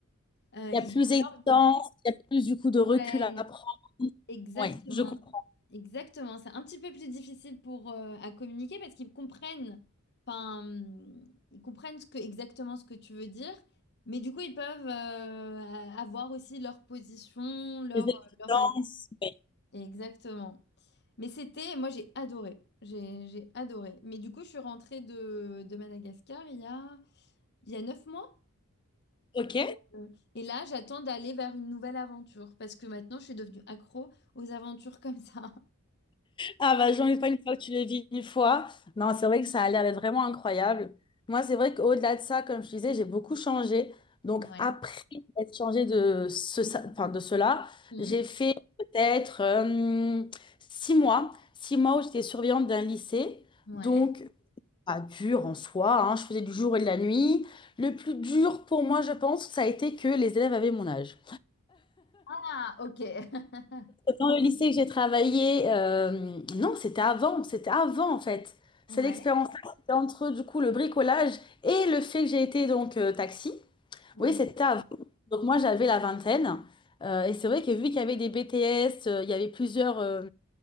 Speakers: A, on the left; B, on the left.
A: euh,
B: Il
A: ils
B: y a plus
A: ont
B: d'existence,
A: leur...
B: il y a plus du coup de
A: Ouais.
B: recul à prendre.
A: Exactement,
B: Oui, je comprends.
A: exactement. C'est un petit peu plus difficile pour euh, à communiquer parce qu'ils comprennent, enfin, hum, ils comprennent ce que, exactement ce que tu veux dire, mais du coup, ils peuvent euh, a- avoir aussi leur position, leur,
B: Les exigences,
A: euh, leur avis.
B: oui.
A: Exactement. Mais c'était, moi, j'ai adoré. J'ai, j'ai adoré. Mais du coup, je suis rentrée de, de Madagascar il y a, il y a neuf mois.
B: Ok.
A: Et, euh, et là, j'attends d'aller vers une nouvelle aventure parce que maintenant, je suis devenue accro aux aventures <laughs> comme ça.
B: Ah bah j'en ai pas une fois que tu le vis une fois. Non, c'est vrai que ça a l'air d'être vraiment incroyable. Moi, c'est vrai qu'au-delà de ça, comme je disais, j'ai beaucoup changé. Donc
A: Ouais.
B: après être changé de ce, ça- enfin, de cela,
A: Hmm,
B: j'ai fait peut-être euh, six mois. Six mois où j'étais surveillante d'un lycée.
A: ouais.
B: Donc pas dur en soi, hein, je faisais du jour et de la nuit. Le plus dur pour moi, je pense, ça a été que les élèves avaient mon âge.
A: Ah, ok. <laughs>
B: Dans le lycée que j'ai travaillé, euh, non, c'était avant, c'était avant en fait.
A: Ouais,
B: C'est l'expérience-là, c'était entre du coup le bricolage et le fait que j'ai été donc euh, taxi.
A: ouais.
B: Oui, c'était avant. Donc moi, j'avais la vingtaine. Euh, et c'est vrai que vu qu'il y avait des BTS, euh, il y avait plusieurs euh,